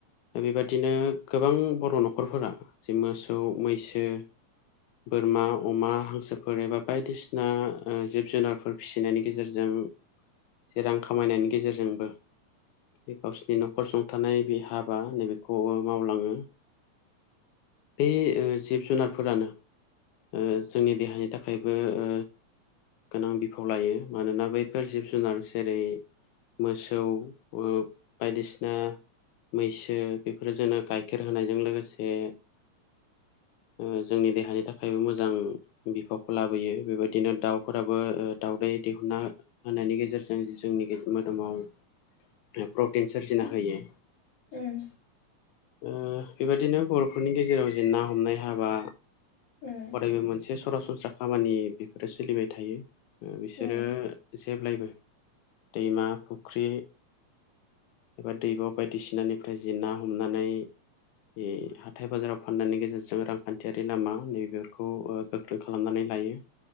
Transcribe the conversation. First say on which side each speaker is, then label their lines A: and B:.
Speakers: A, on the left; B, on the left.
A: दा बेबादिनो गोबां बर' न'खरफोरा जे मोसौ, मैसो बोरमा, अमा, हांसोफोर एबा बायदिसिना जिब जुनारफोर फिसिनायनि गेजेरजों जे रां खामायनायनि गेजेरजोंबो गावसोरनि न'खर सुंथानाय बे हाबा नैबेखौ ओ मावलाङो। बे ओ जिब जुनारफोरानो ओ जोंनि देहानि थाखायबो ओ गोनां बिफाव लायो। मानोना बैफोर जिब जुनार जेरै मोसौ ओ बायदिसिना मैसो बेफोर जोंनो गाइखेर होनायजों लोगोसे ओ जोंनि देहानि थाखायबो मोजां। बिफावखौ लाबोयो बेबायदिनो दाउफोराबो ओ दाउदै दिहुना होनायनि गेजेरजों जोंनि गे मोदोमाव ओ प्रटिन सोरजिना होयो।
B: उम
A: ओ बेबायदिनो बर'फोरनि गेजेराव जेन ना हमनाय हाबा
B: उम
A: अरायबो मोनसे सरासनस्रा खामानि बेफोरो सोलिबाय थायो ओ बे
B: उम
A: बिसोरो जेब्लायबो दैमा फुख्रि एबा दैबाव बायदिसिनानिफ्राय जि ना हमनानै बे हाथाय बाजाराव फान्नायनि गेजेरजों रांखान्थियारि लामा नै बेेफोरखौ ओ गोख्रों खालामनानै लायो।